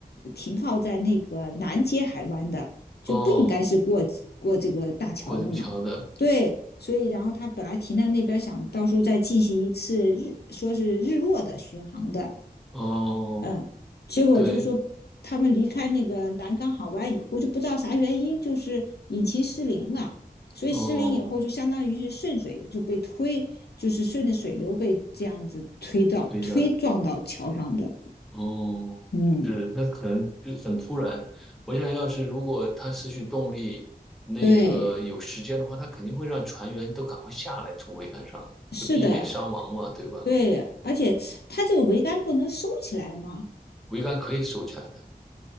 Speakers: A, on the left; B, in the centre.
A: 停靠在那个南接海湾的，就不应该是过过这个大桥的嘛？
B: 哦，过这个桥的，
A: 对。所以，然后他本来停在那边，想到时候再进行一次日，说是日落的巡航的，
B: 哦，
A: 嗯，结果就是说他们离开那个南港港湾以后，
B: 对，
A: 就不知道啥原因，就是引擎失灵了。所以失灵以后，
B: 哦，
A: 就相当于是顺水就被推，就是顺着水流被这样子推到推撞到桥上的。
B: 等一下，哦，
A: 嗯，
B: 是，那可能就很突然。我想要是如果他失去动力，那个有时间的话，
A: 对，
B: 他肯定会让船员都赶快下来，从桅杆上，
A: 是的，
B: 就避免伤亡嘛，对吧？
A: 对，而且它这个桅杆不能收起来嘛，
B: 桅杆可以收起来的。